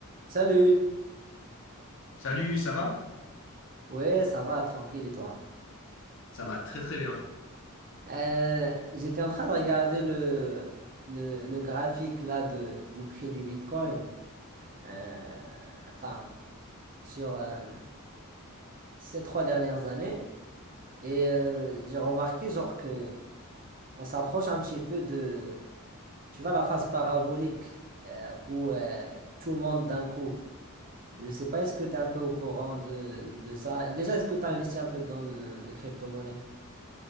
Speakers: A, on the right; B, on the left.
A: Salut!
B: Salut, ça va?
A: Ouais, ça va, tranquille et toi?
B: Ça va très très bien.
A: Euh, j'étais en train de regarder le, le, le graphique là de, du prix du Bitcoin, euh, enfin, sur euh, ces trois dernières années, et euh, j'ai remarqué genre que on s'approche un petit peu de, tu vois, la phase parabolique euh, où euh, tout monte d'un coup. Je ne sais pas, est-ce que tu es un peu au courant de, de ça? Déjà, est-ce que tu investis un peu dans le- les crypto-monnaies?